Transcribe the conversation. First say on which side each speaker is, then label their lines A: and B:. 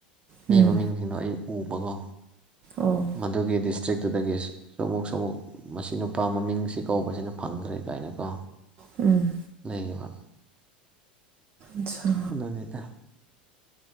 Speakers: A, on the right; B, on the right.
A: ꯃꯤ
B: ꯎꯝ
A: ꯃꯃꯤꯡꯁꯤꯡꯗꯣ ꯑꯩ ꯎꯕꯒꯣ
B: ꯑꯣ
A: ꯃꯗꯨꯒꯤ ꯗꯤꯁꯇ꯭ꯔꯤꯛꯇꯨꯗꯒꯤ ꯁꯨꯃꯨꯛ ꯁꯨꯃꯨꯛ ꯃꯁꯤ ꯅꯨꯄꯥ ꯃꯃꯤꯡꯁꯤ ꯀꯧꯕꯁꯤꯅ ꯐꯪꯈ꯭ꯔꯦ ꯀꯥꯏꯅꯀꯣ
B: ꯎꯝ
A: ꯂꯩꯌꯦꯕ
B: ꯑꯠꯆꯥ
A: ꯑꯗꯨꯅꯤꯗ